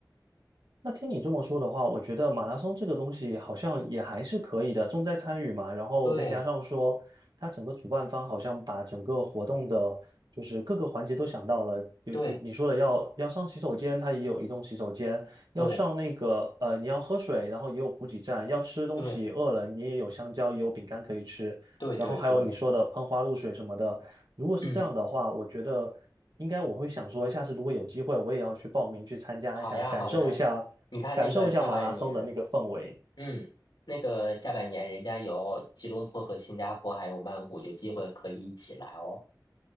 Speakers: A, on the right; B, on the left.
A: 那听你这么说的话，我觉得马拉松这个东西好像也还是可以的，重在参与嘛。然后再加上说，
B: 对
A: 它整个主办方好像把整个活动的，就是各个环节都想到了。有就你说的要要上洗手间，
B: 对
A: 它也有移动洗手间；要上那个呃，
B: 对
A: 你要喝水，然后也有补给站；要吃东西，
B: 对
A: 饿了你也有香蕉，也有饼干可以吃。
B: 对对对，
A: 然后还有你说的喷花露水什么的。如果是这样的话，
B: 嗯，
A: 我觉得。应该我会想说，下次如果有机会，我也要去报名去参加一下，
B: 好呀好呀，
A: 感受一下，
B: 你看那个下半年，
A: 感受一下马拉松的那个氛围。
B: 嗯，那个下半年人家有吉隆坡和新加坡还有曼谷，有机会可以一起来哦。